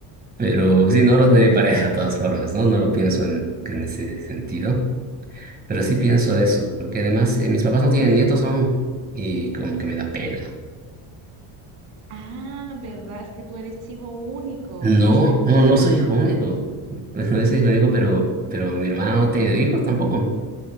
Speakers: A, on the right (about 20°); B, on the right (about 80°).
A: Pero sí, no lo tendría pareja de todas formas, ¿no? No lo pienso en, en ese sentido. Pero sí pienso eso, porque además eh, mis papás no tienen nietos aún y como que me da pena.
B: Ah, ¿verdad? Es que tú eres hijo único.
A: No,
B: Es, es,
A: no, no soy hijo único. <laughs> Pues no soy hijo único, pero, pero mi hermana no ha tenido hijos tampoco.